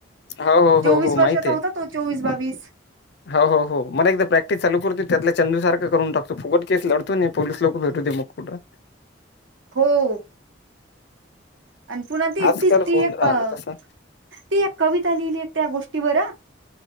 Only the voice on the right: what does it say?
चोवीस
वर्षाचा
होता -- तो चोवीस बावीस
हो. आणि पुन्हा ती
तीच ती
एक-
- ती एक कविता लिहिली आहे त्या गोष्टीवर